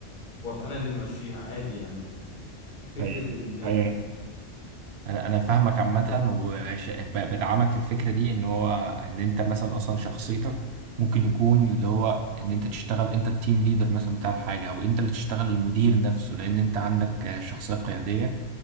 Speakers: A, on the left (about 40°); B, on the right (about 65°).
A: وأبقى أنا اللي ماشيها عادي يعني فكرة
B: ايوه
A: إن
B: ايوه انا انا أنا فاهمك عامة وبدعمك في الفكرة دي ان هو ان انت مثلا اصلا شخصيتك ممكن يكون اللي هو ان انت تشتغل انت التيم ليدر مثلا بتاع الحاجة او انت اللي تشتغل المدير نفسه لان انت عندك شخصية قيادية